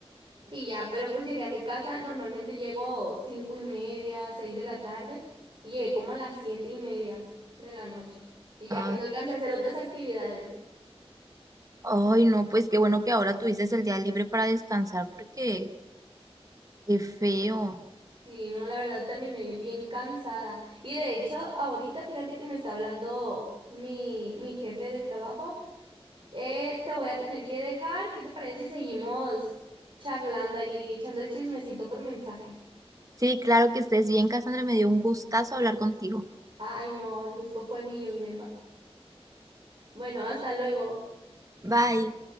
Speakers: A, on the right; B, on the right.
A: Y ya, pero pues llegué a mi casa, normalmente llego cinco y media, seis de la tarde, y llegué como a las siete y media de la noche. Y ya,
B: Ah,
A: pues no alcancé a hacer otras actividades.
B: ay, no, pues qué bueno que ahora tuviste el día libre para descansar, porque Qué feo.
A: Sí, no, la verdad terminé bien cansada. Y de hecho, ahorita fíjate que me está hablando mi, mi jefe del trabajo. Eh, te voy a tener que dejar, ¿qué te parece si seguimos charlando allí, echando el chismecito por mensaje?
B: Sí, claro que estés bien, Cassandra. Me dio un gustazo hablar contigo.
A: Ay, no, el gusto fue mío, Inelva. Bueno, hasta luego.
B: Bye.